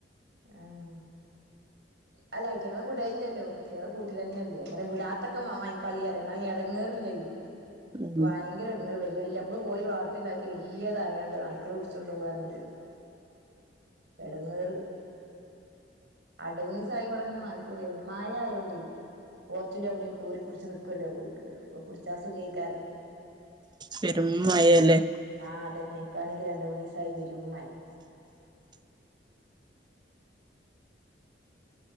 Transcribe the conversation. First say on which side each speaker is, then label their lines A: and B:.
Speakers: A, on the right; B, on the right.
A: ആഹ് അല്ല ഐറ്റങ്ങളെ വിടയില്ലല്ലോ ഐറ്റങ്ങള് കൂട്ട്ലന്നല്ലേ. അങ്ങനെ വിടാത്തൊക്കെ മാങ്ങിക്കാളിയറിയാ ഇന്നാ എടങ്ങേറില്ലേ <inaudible>
B: ഉം
A: ഇപ്പ ഭയങ്കര എടങ്ങേറ്, വലിയ വലിയ നമ്മള് കോഴി വളർത്തിണ്ടാക്കി വല്യതായാണ്ട് നായ്ക്കള് പുട്ച്ചൊണ്ടോവാ പറഞ്ഞാലെ എടങ്ങേറ്. രണ്ട്മൂന്നിസ്സായി ഇവടങ്ങനെ നായ്ക്കള് വര്ണ്. മഴയൊണ്ടേ പോർച്ച്ന്റെവിടയോ കേറിപിടിച്ച് നിക്കല്ലോക്ക് പുട്ച്ചാ സുഖയ്ക്കാരം
B: പെരും മഴെല്ലേ
A: ആഹ് അതന്നെ ഇപ്പാണെങ്കിൽ രണ്ട്മൂന്നീസായി പെരും മഴിം